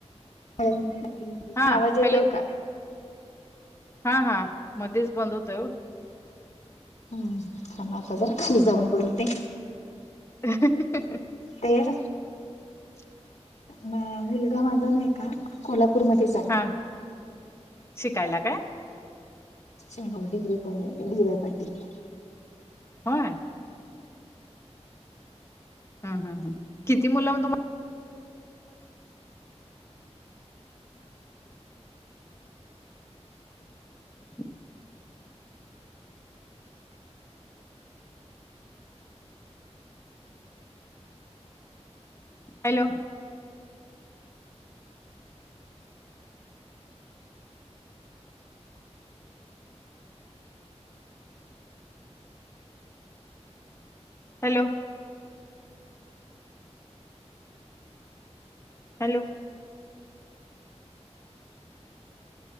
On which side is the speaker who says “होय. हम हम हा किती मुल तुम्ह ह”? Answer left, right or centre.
Left